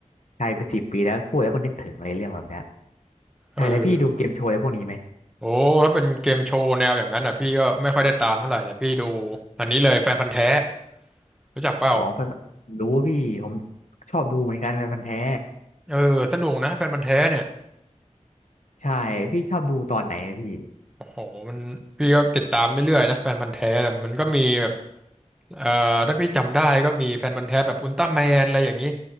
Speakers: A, on the left; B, in the centre.
A: ใช่เป็นสิบปีแล้วพูดแล้วก็นึกถึงอะไรเรื่องแบบเนี้ยใช่แล้วพี่ดูเกมโชว์อะไรพวกนี้ไหม
B: เออโอ้ถ้าเป็นเกมโชว์แนวอย่างนั้นอ่ะพี่ก็ไม่ค่อยได้ตามเท่าไหร่แต่พี่ดูอันนี้เลยแฟนพันธุ์แท้รู้จักเปล่า
A: อ๋อแบบดูพี่ผมชอบดูเหมือนกันเป็นพันธุ์แท้
B: เออสนุกนะแฟนพันธุ์แท้เนี่ย
A: ใช่พี่ชอบดูตอนไหนอะพี่
B: โอ้โหมันพี่ก็ติดตามเรื่อยๆนะแฟนพันธุ์แท้แต่มันก็มีแบบเอ่อถ้าพี่จำได้ก็มีแฟนพันธุ์แท้แบบอุลตร้าแมนอะไรอย่างนี้